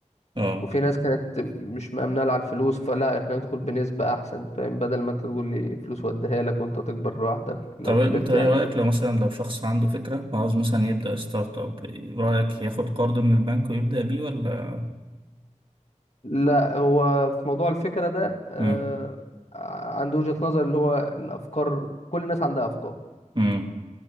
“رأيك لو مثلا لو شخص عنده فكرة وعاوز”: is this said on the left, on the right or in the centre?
Right